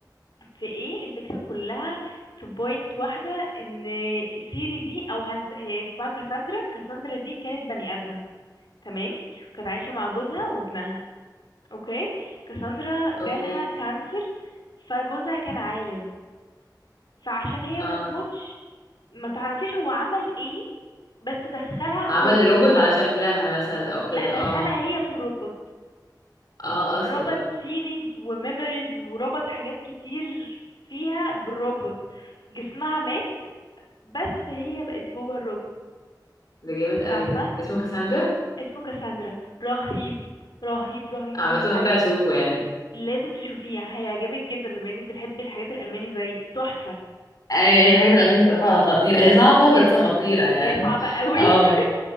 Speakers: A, on the left; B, on the left.
A: في ايه الفكرة كلها في بوينت واحدة ان سيري دي او هنس... هي اسمها كاساندرا كاساندرا دي كانت بني ادمة تمام وكانت عايشة مع جوزها وابنها اوكي كاساندرا
B: <laughs>
A: جالها
B: اوكي
A: كانسر فجوزها كان عالم فعشان هي
B: اه
A: ما تموتش ما تعرفيش هو عمل ايه بس دخلها في
B: عمل
A: روبوت
B: روبوت على شكلها مثلا او كده
A: لا دخلها
B: اه
A: هي في الروبوت
B: اه اصلا
A: ربط
B: بقى
A: فيلينجز وميموريز وربط حاجات كتير فيها بالروبوت جسمها مات بس هي بقت جوه الروبوت
B: ده جامد قوي
A: فاهمة
B: ده اسمه كاساندرا
A: اسمه كاساندرا رهيب رهيب رهيب
B: عامة
A: رهيب عايز
B: ممكن اشوفه يعني
A: لازم تشوفيه هيعجبك جدا بما انك بتحبي الحاجات الألماني زي تحفة
B: ايوه هي الحاجات العلمية الصراحة خطيرة هي صعبة
A: جدا
B: بس خطيرة يعني
A: هي صعبة قوي
B: اه
A: <laughs>